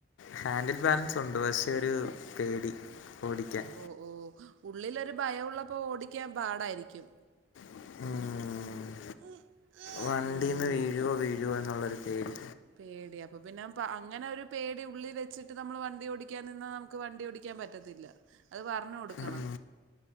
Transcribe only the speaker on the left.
ഹാൻഡിൽ ബാലൻസ് ഉണ്ട് പക്ഷെ ഒരു പേടി ഓടിക്കാൻ
ഉം
വണ്ടീന്ന്
വീഴുവോ വീഴുവോ എന്നുള്ളൊരു പേടി
ഉം